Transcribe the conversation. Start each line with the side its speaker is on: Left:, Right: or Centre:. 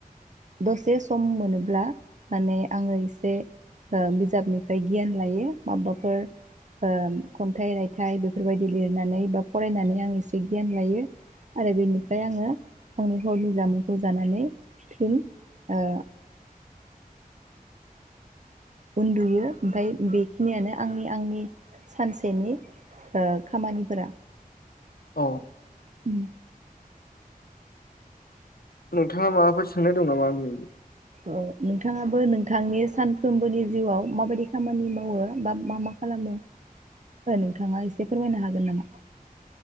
Right: दसे सम मोनोब्ला माने आङो एसे ओ बिजाबनिफ्राय गियान लायो माबाफोर ओ खन्थाइ रायथाइ बेफोरबायदि लिरनानै बा फरायनानै आं एसे गियान लायो। आरो बेनिफ्राय आङो आंनि हरनि जामुंखौ जानानै फिन ओ उन्दुयो ओमफ्राय बेखिनियानो आंनि आंनि सानसेनि ओ खामानिफोरा।
Left: औ
Right: उम
Left: नोंथाङा माबाफोर सोंनाय दं नामा आंनि?
Right: ओ नोंथाङाबो नोंथांनि सानफ्रोमबोनि जिउआव माबायदि खामानि मावो बा मा मा खालामो नोंथाङा एसे फोरमायनो हागोन नामा?